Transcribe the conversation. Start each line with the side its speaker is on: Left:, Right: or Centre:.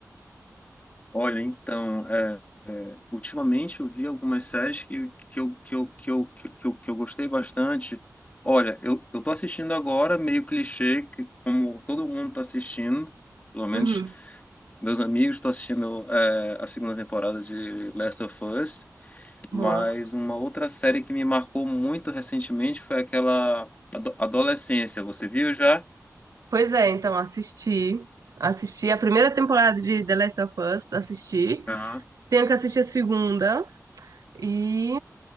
Left: Olha, então, é, é, ultimamente eu vi algumas séries que, que, eu, que, eu, que, eu, que, eu, que eu que eu gostei bastante. Olha, eu, eu tô assistindo agora, meio clichê, que como todo mundo tá assistindo, pelo menos
Right: Uhum,
Left: meus amigos estão assistindo é, a segunda temporada de Last of Us, mas
Right: boa.
Left: uma outra série que me marcou muito recentemente foi aquela Ado- Adolescência. Você viu já?
Right: Pois é, então assisti. Assisti a primeira temporada de The Last of Us, assisti.
Left: Aham.
Right: Tenho que assistir a segunda e,